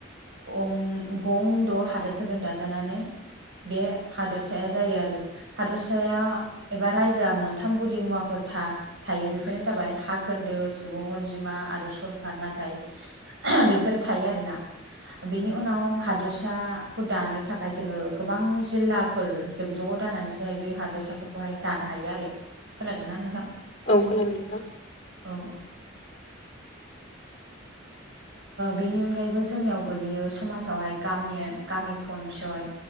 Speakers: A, on the right; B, on the left.
A: गं-गं द' हादोरफोरजों दाजानानै बे हादोरसाया जायो आरो हादोरसाया एबा रायजोआ मोनथाम गुदि मुवाखौ फोथा थायो बेफोरनो जाबाय हा खोन्दो सुबुं अनजिमा आरो सरखार नाथाय बेफोरो थायो आरोना बेनि उनाव हादोरसाखौ दानो थाखाय जोङो गोबां जिल्लाफोर जों ज' दानानैसोहाय बे हाद बेसफोरखौहाय दानो हायो आरो खोनादोंना नोंथां
B: औ खोनादों नोंथां।
A: औ <unintelligible> बेनि अनगायैबो जोंनियाव गोलैयो समाजावहाय गामि गामि पन्साय